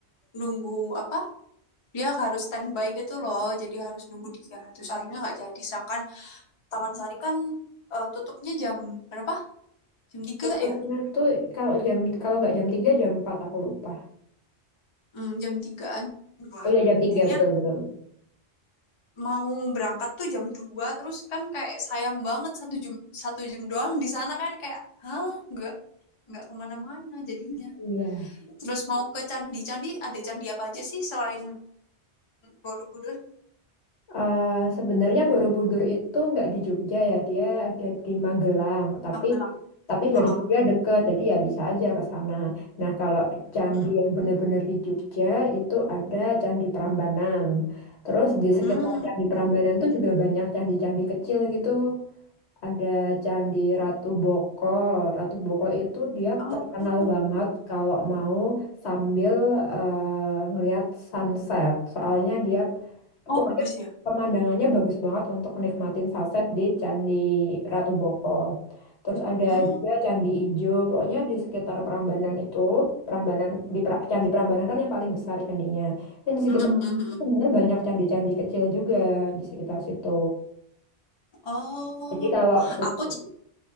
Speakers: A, on the left (about 30°); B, on the left (about 70°).
A: nunggu apa dia harus standby gitu loh jadi harus nunggu dia terus akhirnya nggak jadi sedangkan Taman Sari kan eh, tutupnya jam berapa jam 3
B: Tutupnya
A: ya
B: tuh kalau jam kalau nggak jam tiga jam empat aku lupa.
A: Hmm, jam tigaan lah
B: Oh iya jam tiga
A: akhirnya
B: betul betul.
A: mau berangkat tuh jam 2 terus kan kayak sayang banget satu jam satu jam doang di sana kan kayak hah nggak nggak kemana-mana jadinya
B: Iya.
A: Terus mau ke candi-candi, ada candi apa aja sih selain Borobudur?
B: Eh, sebenarnya Borobudur itu nggak di Jogja ya, dia ada di Magelang. Tapi
A: Magelang.
B: tapi dari
A: Heeh.
B: Jogja deket, jadi ya bisa aja ke sana. Nah, kalau candi
A: Mm,
B: yang benar-benar di Jogja itu ada Candi Prambanan. Terus di sekitar
A: mm.
B: Candi Prambanan tuh juga banyak candi-candi kecil gitu. Ada Candi Ratu Boko. Ratu Boko itu dia
A: Oh,
B: terkenal banget kalau mau sambil eh, ngelihat sunset. Soalnya dia
A: oh
B: pokoknya
A: bagus ya.
B: pemandangannya bagus banget untuk nikmatin sunset di Candi Ratu Boko. Terus ada
A: Hmm.
B: juga Candi Ijo. Pokoknya di sekitar Prambanan itu, Prambanan di Pra- Candi Prambanan kan yang paling besar candinya. Dan di sekitar
A: Mm, mm,
B: itu
A: mm, mm.
B: sebenarnya banyak candi-candi kecil juga di sekitar situ.
A: Oh,
B: Jadi kalau suka,
A: aku sih,